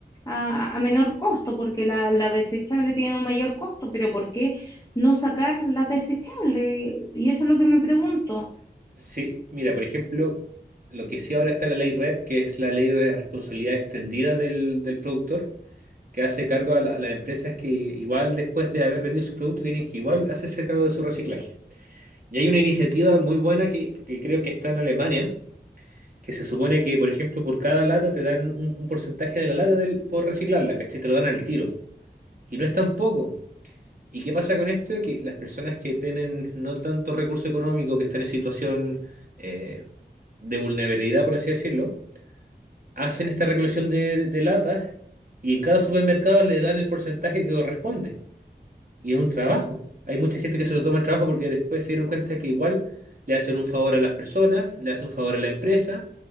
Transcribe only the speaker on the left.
a, a menor costo, porque la, la desechable tiene un mayor costo, pero ¿por qué no sacar las desechables? Y eso es lo que me pregunto.